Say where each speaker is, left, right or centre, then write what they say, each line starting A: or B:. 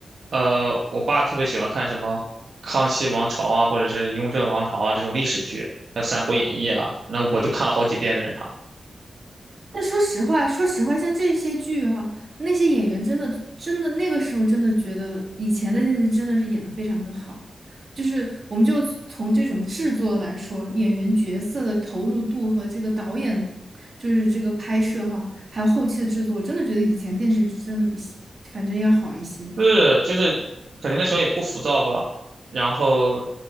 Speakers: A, on the right (about 65°); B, on the right (about 45°).
A: 呃，我爸特别喜欢看什么《康熙王朝》啊，或者是《雍正王朝》啊这种历史剧，还有三国演义》啊，那我都看了好几遍跟着他。
B: 但说实话，说实话，像这些剧哈、那些演员真的真的那个时候真的觉得以前的电视真的是演的非常的好，就是我们就从这种制作来说，演员角色的投入度和这个导演就是这个拍摄哈、还有后期的制作，真的觉得以前电视剧真的比反正要好一些。
A: 是，就是感觉那时候也不浮躁吧，然后